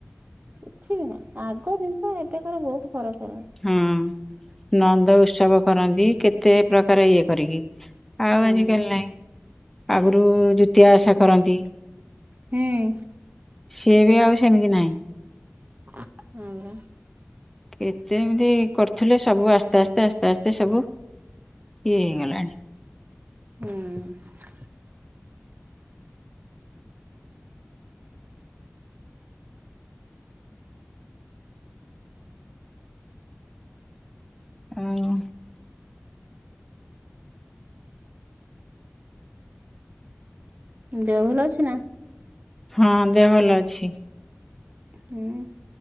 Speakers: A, on the right; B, in the centre.
A: କିଛି ବି ନାହିଁ ଆଗ ଜିନିଷ ଏବେକାର ବହୁତ୍ ଫରକ୍‌।
B: ହୁଁ ନନ୍ଦ ଉତ୍ସବ କରନ୍ତି କେତେ ପ୍ରକାର ଇଏ କରିକି। ଆଉ
A: ହୁଁ
B: ଆଜିକାଲି ନାଇଁ। ଆଗରୁ ଦୁତିଆ ଓଷା କରନ୍ତି।
A: ହୁଁ
B: ସିଏ ବି ଆଉ ସେମିତି ନାହିଁ।
A: ହଁ ପରା।
B: କେତେ ଏମିତି କରୁଥିଲେ ସବୁ ଆସ୍ତେ ଆସ୍ତେ ଆସ୍ତେ ଆସ୍ତେ ସବୁ, ଇଏ ହେଇଗଲାଣି।
A: ହୁଁ।
B: ଆଉ।
A: ଦେହ ଭଲ ଅଛି ନା?
B: ହଁ ଦେହ ଭଲ ଅଛି।
A: ହୁଁ।